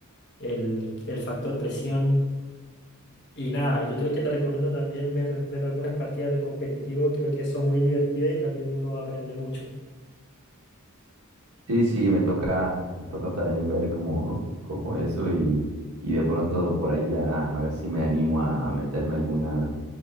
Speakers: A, on the left; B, on the right.
A: el, el factor presión. Y nada, yo creo que te recomiendo también ver, ver algunas partidas de competitivo, creo que son muy divertidas y también uno aprende mucho.
B: Sí, sí, me toca, me toca también ver como, <laughs> como eso y, y de pronto por ahí ya a ver si me animo a, a meterme alguna